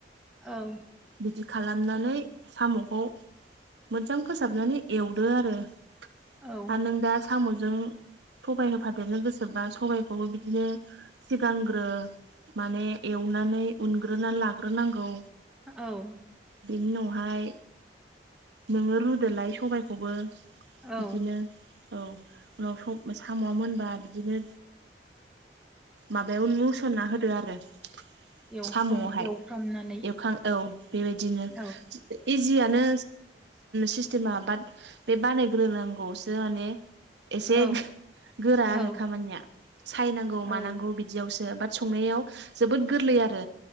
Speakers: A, in the centre; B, on the right.
A: औ ।
B: बिदि खालामनानै साम'खौ मोजां फोसाबनानै एवदो आरो आरो
A: औ
B: नों दा साम'जों सबाय होफादेरनो गोसोबोबा सबायखौबो बिदिनो सिगांग्रो माने एवनानै उनग्रोनानै लाग्रोनांगौ
A: औ
B: बेनि उनावहाय नोङो रुदोलाय सबायखौबो
A: औ
B: बिदिनो औ उनाव साम'आ मोनबा बिदिनो माबायाव मुसना होदो आरो ।
A: एवखां
B: साम'आवहाय
A: एवफ्रामनानै
B: एवखां औ बेबायदिनो
A: औ
B: इजियानो सिस्टेमा बाट बे बानायग्रोनांगौआवसो माने एसे
A: औ
B: गोरा
A: औ
B: आरो खामानिया सायनांगौ
A: औ
B: मानांगौ बिदियावसो बा संनायाव जोबोद गोरलै आरो